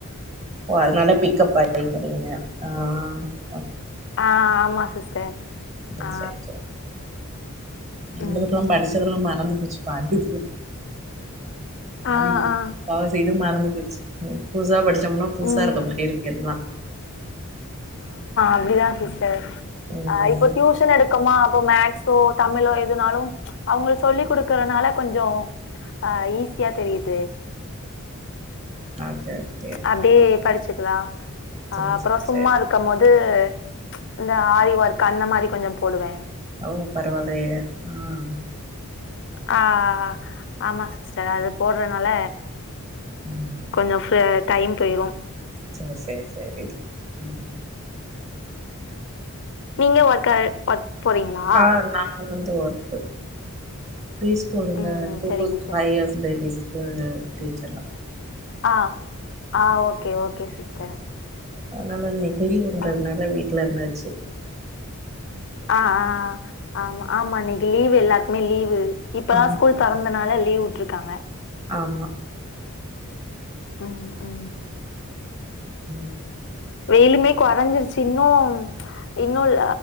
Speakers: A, on the right; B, on the left.
A: ஓ அதனால பிக்கப் ஆயக்கிறிங்க ஆ
B: ஆ ஆமா சிஸ்டர்
A: உ
B: ஆ
A: சேர் செரி எங்ளுக்ளா
B: ம்
A: படிச்சத்ளா மறந்து போச்சி பாரு ஆளில்லா
B: ஆ ஆ
A: அத செய்து மற போச்சு புதுசா படிச்சோம்னா புதுசா
B: ம்
A: இருக்க மாரி இருக்கு எல்லா
B: கவிதா சிஸ்
A: ம்
B: ஆ இப்போ டியூசன் எடுக்குமா இப்ப மேக்ஸோ தமிழோ எதுனாலு ச் அவங்களுக் சொல்லி் கொடுக்கறனால கொஞ்சோ ஆ ஈஸியா தெரியுது
A: ஆ ஓகே
B: அப்டியே படிச்சுக்கலா அ
A: சேரி
B: அப்புறோ
A: சேரி
B: சும்மா
A: சேரி
B: இருக்கும் போது ச் இந்த ஆரி ஒர்க் அந்த மாரி கொஞ்சோ போடுவே
A: ஓ பரவாயில்லயே ஆ
B: ஆ ஆமா சிஸ்டர் அது போடுறனால
A: ம்
B: கொஞ்சோ ஃப டயம் போயிரு
A: சேர் சேர் சேரி உ
B: நீங்க ஒர்கா பத் போறீங்களா
A: ஆ நாங்க வந்து ஒர்த்து ஃப்ரீ ஸ்கூலுங்க
B: ம்
A: டூ
B: சரிங்க
A: டூ
B: சார்
A: ஃபைவ் இயர்ஸ் பேபிஸ் கு டீச்சரா
B: ஆ ஆ ஓகே ஓகே சிஸ்டர்
A: அதனால இன்னிக் லீவுன்றதுனால
B: ஆ
A: வீட்டுல இருந்தா சரி
B: ஆ ஆ ஆ ஆமா ஆமா நீ லீவ் எல்லாருக்குமே லீவு இப்பதா
A: ஆமா
B: ஸ்கூல் திறந்தனால லீவு ருக்காங்க
A: ஆமா
B: உ உ
A: உ
B: வெயிலுமே கொறைஞ்சிருச்சு இன்னு இன்னுல்